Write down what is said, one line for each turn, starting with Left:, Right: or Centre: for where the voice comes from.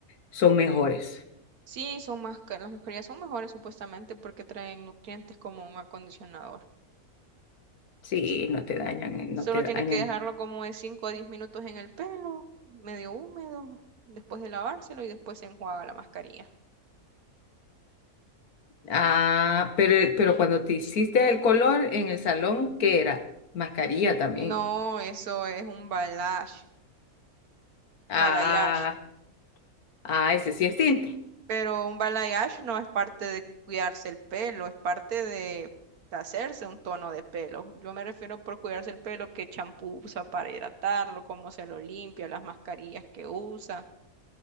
Left: son mejores.
Right: Sí, son más, ca- las mascarillas son mejores supuestamente porque traen nutrientes como un acondicionador.
Left: Sí,
Right: S-
Left: no te dañan, eh, no
Right: Solo
Left: te dañan.
Right: tiene que dejarlo como de 5 a 10 minutos en el pelo, medio húmedo, después de lavárselo y después se enjuaga la mascarilla.
Left: Ah, pero, pero cuando te hiciste el color en el salón, ¿qué era? Mascarilla también.
Right: No, eso es un balayage,
Left: Ah,
Right: balayage.
Left: ah, ese sí es tinte.
Right: Pero un balayage no es parte de cuidarse el pelo, es parte de hacerse un tono de pelo. Yo me refiero por cuidarse el pelo, qué champú usa para hidratarlo, cómo se lo limpia, las mascarillas que usa.